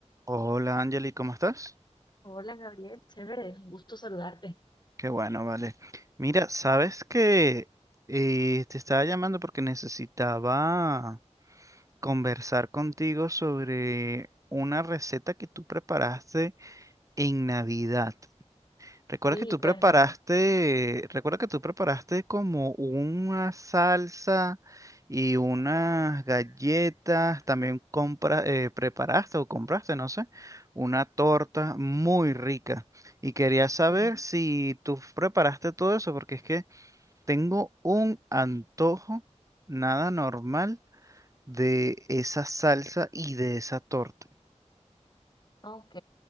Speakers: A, on the right (about 25°); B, on the left (about 35°).
A: Hola Angeli, ¿cómo estás?
B: Hola Gabriel, chévere, un gusto saludarte.
A: Qué bueno, vale. Mira, sabes que eh, te estaba llamando porque necesitaba conversar contigo sobre una receta que tú preparaste en Navidad. Recuerda
B: Sí,
A: que tú
B: cuéntame.
A: preparaste, recuerda que tú preparaste como una salsa y unas galletas, también compra, eh, preparaste o compraste, no sé, una torta muy rica. Y quería saber
B: Sí,
A: si tú preparaste todo eso, porque es que tengo un antojo nada normal de esa salsa y de esa torta.
B: ok.